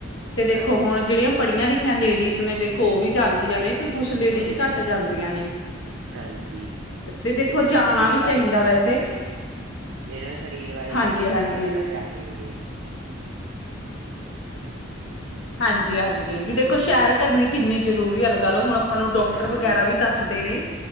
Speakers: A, on the left; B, on the right.
A: ਤੇ ਦੇਖੋ
B: ਹਾਂਜੀ
A: ਹੁਣ ਜੇੜੀਆਂ ਪੜ੍ਹੀਆਂ ਲਿਖੀਆਂ ਲੇਡੀਜ਼ ਨੇ ਦੇ ਖੋ ਵੀ ਜਾਂਦੀਆਂ ਨੇ ਤੇ ਕੁਛ ਲੇਡੀਜ਼
B: ਹਾਂਜੀ
A: ਘੱਟ ਜਾਂਦੀਆਂ ਨੇ।
B: ਹਾਂਜੀ
A: ਤੇ ਦੇਖੋ
B: ਜੇੜੇ
A: ਜਾਣਾ
B: ਸਰੀਰ
A: ਵੀ
B: ਬਾਰੇ
A: ਚਾਹੀਦਾ
B: ਜਾਣਕਾਰੀ
A: ਵੈਸੇ
B: ਏ ਜੀ। ਜੇੜੇ ਸਰੀਰ ਬਾਰੇ
A: ਹਾਂਜੀ-ਹਾਂਜੀ,
B: ਜਾਣਕਾਰੀ ਆ ਉ ਤਾਂ ਜਾਂਦੇ ਈ ਨੀ।
A: ਹਾਂਜੀ-ਹਾਂਜੀ। ਜੀ ਵੀ ਦੇਖੋ ਸੈਰ ਕਰਨੀ ਕਿੰਨੀ ਜ਼ਰੂਰੀ ਲਗਾਲੋ ਹੁਣ ਆਪਾਂ ਨੂੰ ਡਾਕਟਰ
B: ਹਾਂਜੀ
A: ਵਗੈਰਾ ਵੀ ਦੱਸਦੇ ਨੇ।